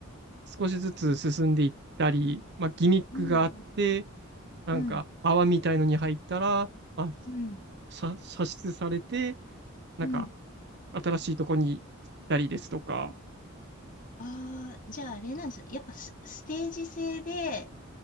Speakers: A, on the right; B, on the left.
A: 少しずつ進んでいったり、まあ、ギミックがあって、
B: うんうん、
A: なんか泡みたいのに入ったら、
B: うん、
A: まあ、
B: うん、
A: さ射出されて、なんか
B: うん。
A: 新しいとこに行ったりですとか、
B: ああー、じゃああれなんですよ。やっぱス、ステージ制で、